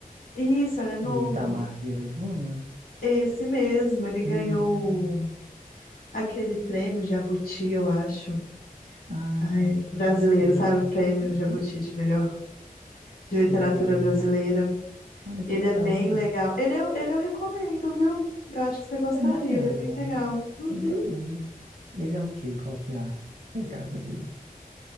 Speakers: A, on the left (about 80°); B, on the right (about 65°).
A: Isso, ele é novo.
B: Do Itamar Vieira Júnior.
A: Esse mesmo, ele ganhou
B: Hum,
A: Aquele prêmio Jabuti, eu acho.
B: ah,
A: Ai, brasileiro,
B: sei.
A: sabe? O prêmio
B: Uhum,
A: Jabuti de melhor de
B: sei.
A: literatura brasileira.
B: Olha que
A: Ele
B: legal.
A: é bem legal. Ele eu, ele eu recomendo, viu? Eu acho que você gostaria,
B: É mesmo.
A: ele é bem legal. Uhum.
B: Ele, ele, ele é o quê? Qual que é a pegada dele?